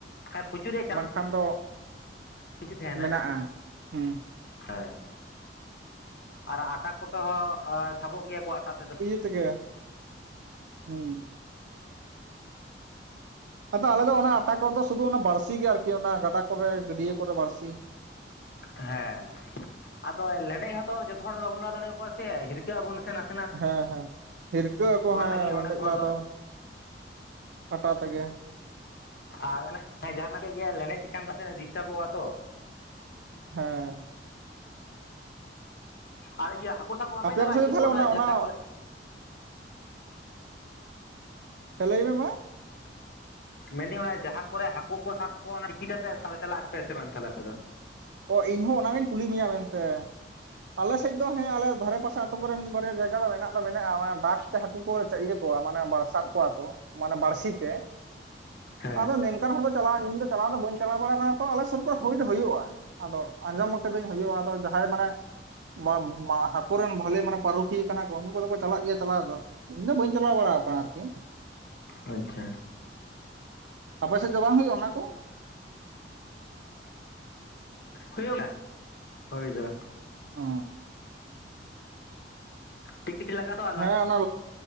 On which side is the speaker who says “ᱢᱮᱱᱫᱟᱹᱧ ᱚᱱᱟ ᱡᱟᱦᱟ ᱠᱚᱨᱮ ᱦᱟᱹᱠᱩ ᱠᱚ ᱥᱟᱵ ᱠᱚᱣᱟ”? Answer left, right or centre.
Left